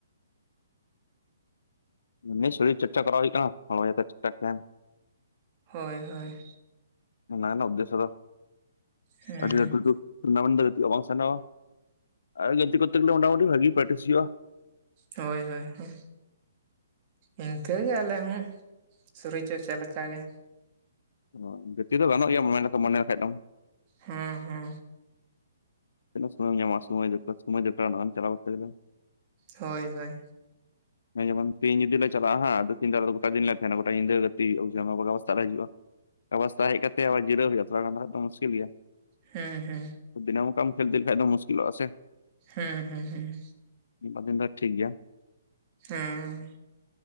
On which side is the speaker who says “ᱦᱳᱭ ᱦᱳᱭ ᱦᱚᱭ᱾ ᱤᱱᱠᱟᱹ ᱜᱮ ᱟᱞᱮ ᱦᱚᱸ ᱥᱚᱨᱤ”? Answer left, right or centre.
Right